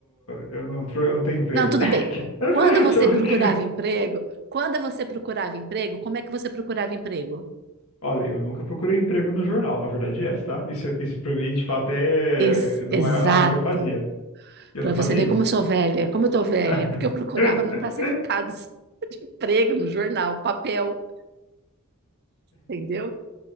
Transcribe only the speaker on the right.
Não, tudo
bem. Quando você
procurava emprego, quando você procurava emprego, como é que você procurava emprego?
Ex-
exato.
Para
você ver
como eu sou velha, como eu tô velha,
porque eu procurava no classificados, emprego, no jornal, papel, entendeu?